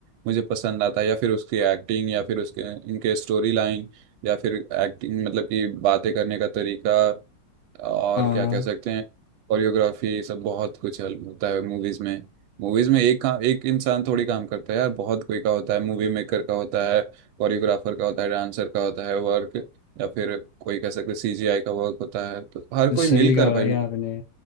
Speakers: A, on the right; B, on the left.
A: मुझे पसंद आता है या फिर उसकी एक्टिंग या फिर उसके उनके स्टोरी लाइन या फिर एक्टिंग मतलब कि बातें करने का तरीका और
B: हाँ
A: क्या कह सकते हैं कोरियोग्राफी सब बहुत कुछ हेल्प होता है मूवीज में मूवीज में एक काम एक इंसान थोड़ी काम करता है यार बहुत कोई का होता है मूवी मेकर का होता है कोरियोग्राफर का होता है डांसर का होता है वर्क या फिर कोई कह सकते सीजीआई का वर्क होता है तो हर
B: तो
A: कोई
B: सही
A: मिलकर
B: कहा भाई
A: भाई मूवी
B: आपने